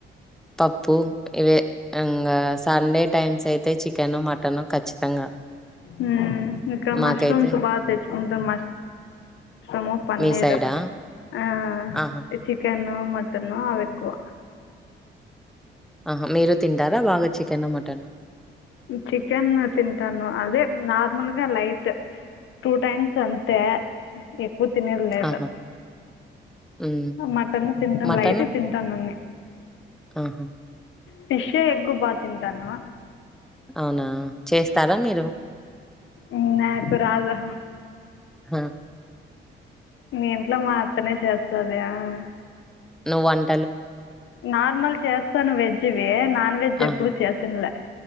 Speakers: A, in the centre; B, on the left.
A: పప్పు ఇవే ఇంకా సండే టైమ్స్ అయితే చికెను మటను ఖచ్చితంగా
B: మ్మ్ ఇంక మష్రూమ్స్
A: మాకైతే
B: బాతెచ్ కుంటం మస్ సాము పన్నీరు
A: మీ సైడా
B: ఆ
A: ఆహా
B: చికెను మటను అవెక్కువ
A: ఆహ మీరు తింటారా బాగా చికెను, మటను?
B: చికెన్ తింటాను అదే నా ర్మల్గా లైట్ టూ టైమ్స్ అంతే ఎక్కువ తినేది లేదా
A: ఆహా! హ్మ్.
B: ఆ మటన్ తింటాను
A: మటను?
B: లైట్ తింటాను అన్ని
A: ఆహా
B: ఫిష్ ఎగ్గు బా తిన్ టాను
A: అవునా చేస్తారా మీరు
B: ఉ నాకు రాదు
A: <inaudible>
B: మీ ఇంట్లో మా అత్తనే చేస్తద యా ఆ
A: వన్
B: నార్మల్ చేస్తాను వెజ్ వే నాన్ వెజ్
A: ఆహా!
B: ఎప్పుడు చేసిన్లే